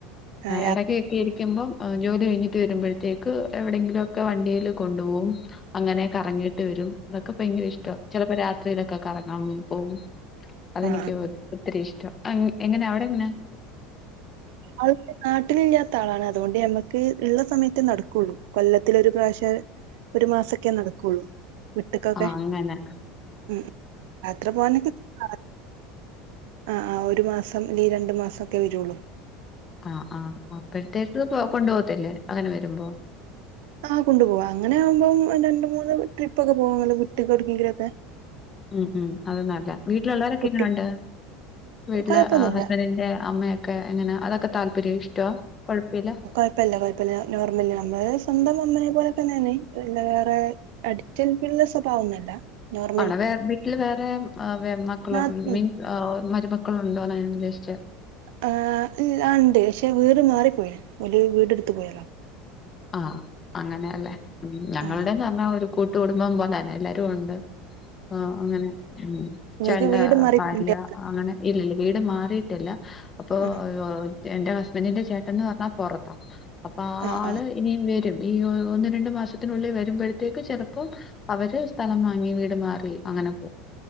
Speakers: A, on the right (about 75°); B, on the left (about 25°).
A: ആ യാത്ര
B: ഇടക്കൊക്കെ ഇരിക്കുമ്പോ ജോലി കഴിഞ്ഞിട്ട് വരുമ്പോഴത്തേക്ക് എവിടെയെങ്കിലൊക്കെ വണ്ടിയിൽ കൊണ്ട് പോകും അക്കെറങ്ങിട്ട് വരും ഇതൊക്കെ ഭയങ്കര ഇഷ്ട ചിലപ്പോ രാത്രിയിലൊക്കെ കറങ്ങാൻ പോകും അതെനിക്ക്
A: ആ ആ
B: ഒത്തിരി ഇഷ്ടം എങ്ങനെ അവിടെങ്ങനെ
A: ആൾ നാട്ടിലില്ലാത്ത ആളാണ് അത്കൊണ്ട് നമ്മക്ക് ള്ള സമയത്തെ നടക്കു ള്ളൂ കൊല്ലത്തിലൊരു പ്രാവശ്യം ഒരു മാസൊക്കെ നടക്കുള്ളൂ വിട്ട്ക്കൊക്കെ
B: ആഅങ്ങനെ
A: ഉം യാത്ര പോകാനൊക്കെ ഇഷ്ടാണ്. ആ ആ ഒരു മാസം അല്ലെൽ രണ്ടു മാസൊക്കെ വെരുള്ളൂ
B: ആഹ് ആ അപ്പോഴത്തേക്ക് കൊണ്ടോകത്തില്ലേ അങ്ങനെവരുമ്പോ
A: ആഹ് കൊണ്ടുപോവാ അങ്ങനെയാ മ്പോം രണ്ട്, മൂന്ന് ട്രിപ്പൊക്കെ പോവാല്ലോ വിട്ട്ക്ക് ഒട്ക്കെങ്കിലൊക്കെ.
B: ഉം ഉം അത് നല്ല വീട്ടില്ള്ളവ രൊക്കെങ്ങൊനൊണ്ട്?
A: കുട്ടി
B: വീട്ട്ല്
A: കൊഴപ്പൊന്നുല്ല
B: ഹസ്ബൻഡിൻ്റെ അമ്മയൊക്കെ എങ്ങനാ അതൊക്കെ താല്പര്യ ഇഷ്ടാ കൊഴപ്പില്ലാ.
A: പ്പല്ലാ കൊഴ്പ്പല്ല നോർമല് നമ്മ സ്വന്തം അമ്മയെ പോലെ തന്നേണ് വേറെ അടിച്ചേൽപ്പിള്ള സ്വഭാവൊന്നല്ല. നോർമൽ
B: ആണ <unintelligible> വേ വീട്ടിൽ വേറെ മക്കള
A: നാത്തൂൻ
B: മീൻസ് <unintelligible> മരുമക്കളുണ്ടോന്ന ഞാൻ ഉദ്ദേഷിച്ചേ?
A: ആഹ് ഇല്ല ഇണ്ട്. ഷേ വീട് മാറിപ്പോയ്ണ്. ഓല് വീടെടുത്ത് പോയ
B: ആഹ് അങ്ങനെല്ലേ മ്മ് ഞങ്ങളുടെന്ന്
A: ആഹ്
B: അർഞ്ഞാ ഒരു കൂട്ട് കുടുംബം പോലന്നെ. എല്ലാരും ഉണ്ട്. ആഹ് അങ്ങനെ ഉം
A: നിങ്ങക്ക്
B: ചേണ്ട
A: വീട് മാറി
B: പാടിയ
A: പോയില്ലേ
B: അങ്ങനെ ഇല്ലില്ല വീട് മാറിയിട്ടില്ല അപ്പോ
A: ആഹ്
B: ഓഹ് എന്റെ ഹസ്ബൻ്റിൻ്റെ ചേട്ടൻന്ന് പറഞ്ഞാ പൊറത്താ അപ്പൊ ആ
A: ആഹ്
B: ആള്
A: ആഹ്
B: ഇനിയും വരും ഈ ഓ ഒന്ന് രണ്ടു മാസത്തിനുള്ളി വരുമ്പോഴത്തേക്ക് ചെലപ്പം അവര് സ്ഥലം വാങ്ങി വീട് മാറി അങ്ങനെ പോവും